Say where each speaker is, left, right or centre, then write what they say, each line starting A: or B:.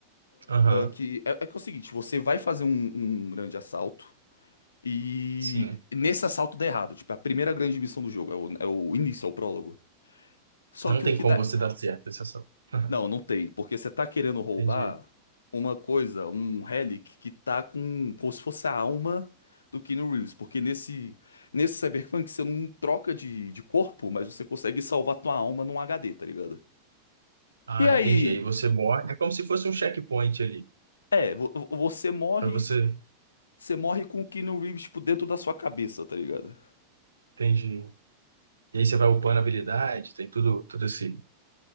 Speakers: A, on the right; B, on the left.
A: Aham.
B: que é, é que é o seguinte, você vai fazer um, um grande assalto e
A: Sim.
B: nesse assalto dá errado. Tipo, é a primeira grande missão do jogo, é o, é o início, é o prólogo. Só
A: Não
B: que
A: tem
B: o que
A: como
B: dá...
A: você dar certo essa ação. Aham.
B: Não, não tem, porque você tá querendo roubar
A: Entendi.
B: uma coisa, um relic que tá com, como se fosse a alma do Keanu Reeves. Porque nesse, nesse Cyberpunk você não troca de, de corpo, mas você consegue salvar tua alma num HD, tá ligado?
A: Ah,
B: E aí...
A: entendi. Aí você morre. É como se fosse um checkpoint ali.
B: É, vo- vo- você morre,
A: Pra você.
B: você morre com o Keanu Reeves, tipo, dentro da sua cabeça, tá ligado?
A: Entendi. E aí você vai upando habilidade, tem tudo, todo esse,